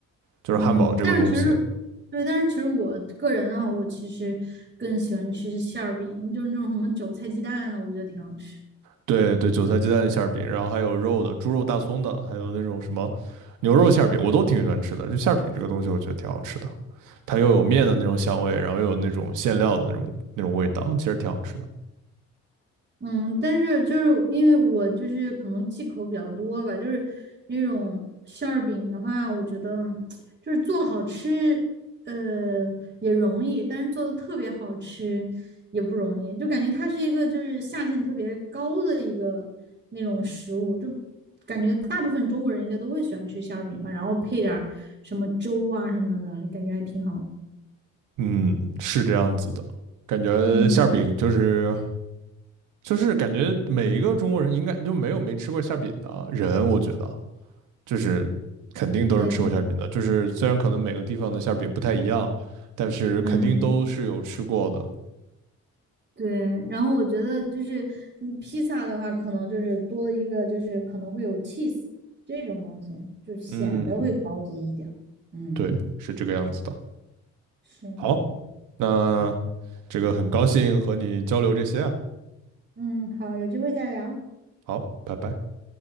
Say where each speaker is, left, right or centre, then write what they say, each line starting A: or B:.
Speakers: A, on the right; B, on the right.
A: 就是汉堡这个东西。
B: 嗯，但是其实，对，但是其实我个人的话，我其实更喜欢吃馅儿饼，就是那种什么韭菜鸡蛋的，我觉得挺好吃。
A: 对对，韭菜鸡蛋馅儿饼，然后还有肉的，猪肉大葱的，还有那种什么牛肉馅儿饼，我都挺喜欢吃的。就馅儿饼这个东西，我觉得挺好吃的，它又有面的那种香味，然后又有那种馅料的那种那种味道，其实挺好吃的。
B: 嗯，但是就是因为我就是可能忌口比较多吧，就是那种馅儿饼的话，我觉得就是做好吃，呃，也容易，但是做的特别好吃也不容易，就感觉它是一个就是下限特别高的一个那种食物，就感觉大部分中国人应该都会喜欢吃馅儿饼吧，然后配点儿什么粥啊什么的，感觉还挺好的
A: 嗯，是这样子的，感觉馅儿饼就是
B: 嗯，
A: 就是感觉每一个中国人应该就没有没吃过馅儿饼的人，我觉得就是肯定都是吃过馅儿饼的，
B: 对，
A: 就是虽然可能每个地方的馅儿饼不太一样，但是肯定都是有吃过的。
B: 嗯。对，然后我觉得就是嗯披萨的话，可能就是多了一个，就是可能会有 cheese 这种东西，就显得会高级一点儿嗯，
A: 嗯。对，是这个样子的。
B: 是，
A: 好，那这个很高兴和你交流这些啊，
B: 嗯，好，有机会再聊。
A: 好，拜拜。